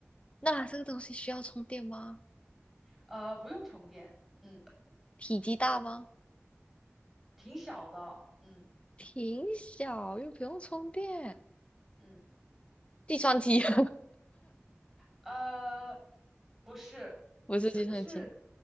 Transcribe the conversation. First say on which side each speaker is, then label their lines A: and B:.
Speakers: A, on the left; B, in the centre.
A: 那这个东西需要充电吗？
B: 呃，不用充电。嗯，
A: 体积大吗？
B: 挺小的。嗯
A: 挺小，又不用充电。
B: 嗯。
A: 计算机 <laughs>
B: 呃，不是，
A: 不是计算机，
B: 不是，不是，